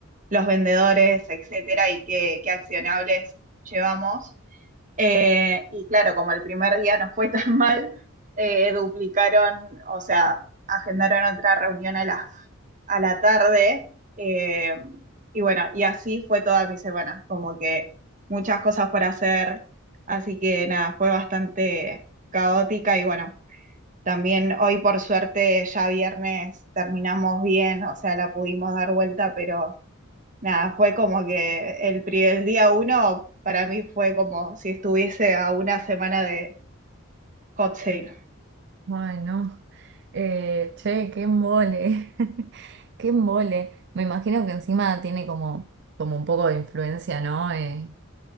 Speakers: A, on the right; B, on the right.
A: los vendedores, etcétera, y qué, qué accionables llevamos. Eh, y claro, como el primer día no fue <laughs> tan mal, eh, duplicaron, o sea, agendaron otra reunión a la, a la tarde. eh, y bueno, y así fue toda mi semana, como que muchas cosas por hacer. Así que nada, fue bastante caótica y bueno, también hoy por suerte ya viernes terminamos bien, o sea, la pudimos dar vuelta, pero Nada, fue como que el, pri- el día uno para mí fue como si estuviese a una semana de hot sale.
B: Ay, no. Eh, che, qué mole <laughs> Qué mole Me imagino que encima tiene como, como un poco de influencia, ¿no? Eh,